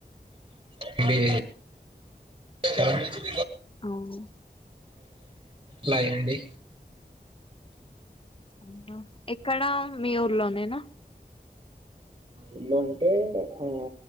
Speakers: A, on the right (about 40°); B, on the left (about 30°).
A: అ
B: అవు
A: లాయండి
B: అవునా ఎక్కడ మీ ఊర్లోనేనా
A: ఊళ్ళ అంటే ఆ